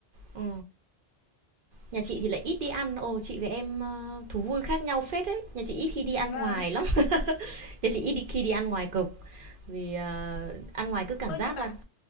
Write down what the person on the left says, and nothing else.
Vâng.
<laughs>
Ơ
như bạn,